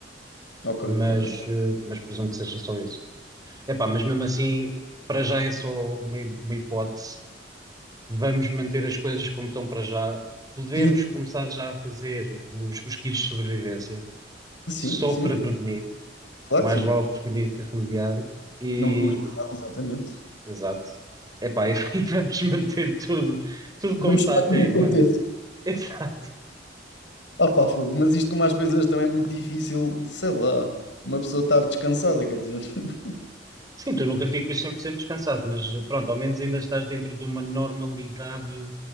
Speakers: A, on the left (about 85°); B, on the right (about 20°).
A: Ok,
B: mas,
A: ok.
B: eh, mas presumo que seja só isso. Epá, mas mesmo assim, para já é só uma, uma hipótese vamos manter as coisas como estão para já. Podemos
A: Sim,
B: começar já a fazer os, os kits de sobrevivência,
A: sim,
B: só
A: sim,
B: para
A: sim.
B: prevenir.
A: Claro
B: Mais
A: que sim.
B: vale prevenir que remediar. E,
A: Não custa nada, exatamente.
B: exato. Epá, e, <laughs> e vamos manter tudo, tudo como
A: Vamos
B: está
A: esperar
B: até
A: que não
B: agora.
A: aconteça.
B: <laughs> Exato.
A: Ah pá, fogo, mas isto com mais coisas também é muito difícil, sei lá, uma pessoa estar descansada, quer dizer. <laughs>
B: Sim, tu nunca ficas 100% descansado, mas pronto, ao menos ainda estás dentro de uma normalidade